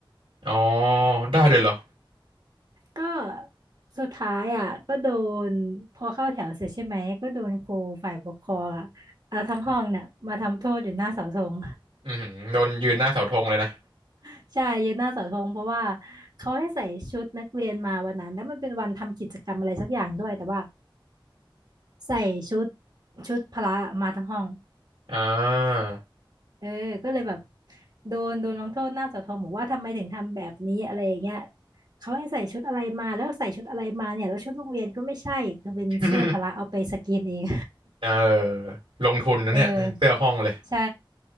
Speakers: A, on the right; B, on the right.
A: อ๋อได้เลยเหรอ
B: ก็สุดท้ายอ่ะก็โดนพอเข้าแถวเสร็จใช่ไหมก็โดนครูฝ่ายปกครองอ่ะเอาทั้งห้องเนี่ยมาทำโทษอยู่หน้าเสาธง
A: อืมโดนยืนหน้าเสาธงเลยนะ
B: <laughs> ใช่ยืนหน้าเสาธงเพราะว่าเขาให้ใส่ชุดนักเรียนมาวันนั้นแล้วมันเป็นวันทำกิจกรรมอะไรสักอย่างด้วยแต่ว่าใส่ชุดชุดพละมาทั้งห้อง
A: อ่า
B: เออก็เลยแบบโดนโดนลงโทษหน้าเสาธงบอกว่าทำไมถึงทำแบบนี้อะไรอย่างเงี้ยเขาให้ใส่ชุดอะไรมาแล้วใส่ชุดอะไรมาเนี่ยแล้วชุดโรงเรียนก็ไม่ใช่เป็นเสื้อพละเอาไปสกรีนเอง
A: <laughs> เออลงทุนนะเนี่ยเสื้อห้องเลย
B: เออใช่